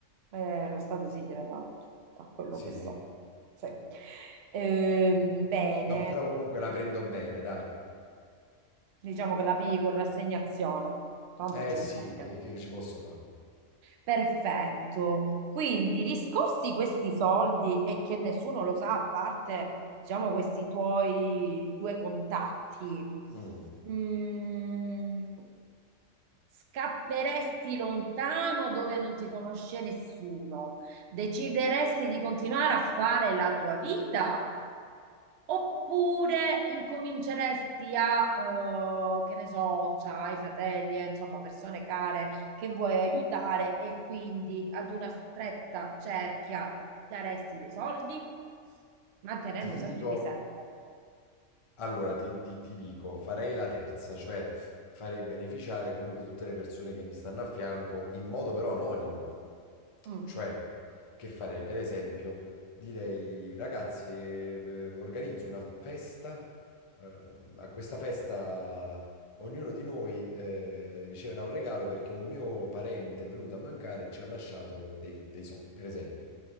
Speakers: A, on the right; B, on the left.
A: Eh, lo Stato si tiene tanto, da quello
B: Sì?
A: che so. Sì. Ehm, bene,
B: No, però comunque la prendo bene, dai.
A: diciamo che la P con rassegnazione, tanto
B: Eh
A: non ci
B: sì,
A: può fare niente.
B: che, che ci posso fare?
A: Perfetto. Quindi riscossi questi soldi e che nessuno lo sa, a parte, diciamo, questi tuoi due contatti.
B: Mm.
A: Mm, Scapperesti lontano dove non ti conosce nessuno? Decideresti di continuare a fare la tua vita? Oppure incominceresti a, eh, che ne so, c'hai fratelli, eh, insomma, persone care che vuoi aiutare e quindi ad una stretta cerchia daresti dei soldi, mantenendo
B: Ti dico,
A: sempre il riservo.
B: allora ti, ti- ti dico, farei la terza, cioè farei beneficiare comunque tutte le persone che mi stanno a fianco in modo però anonimo.
A: Mm,
B: Cioè, che farei? Per esempio, direi, ragazzi, eh, eh, organizzo una festa, eh, a questa festa ognuno di noi eh, riceverà un regalo perché un mio parente è venuto a mancare e ci ha lasciato dei, dei soldi, per esempio.